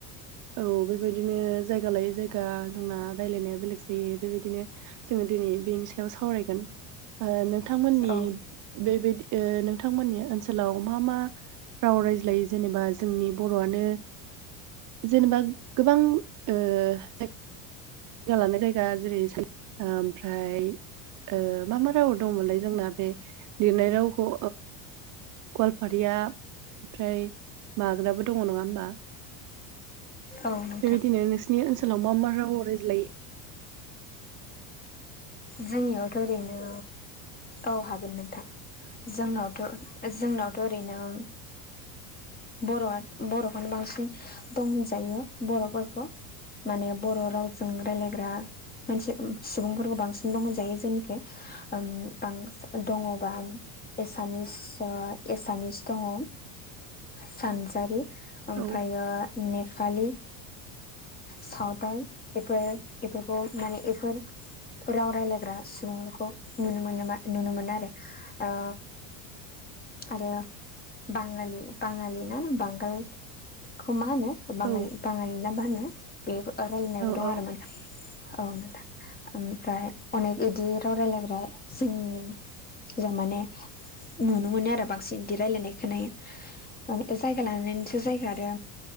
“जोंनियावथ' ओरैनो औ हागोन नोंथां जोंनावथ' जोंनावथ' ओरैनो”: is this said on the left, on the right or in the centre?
Left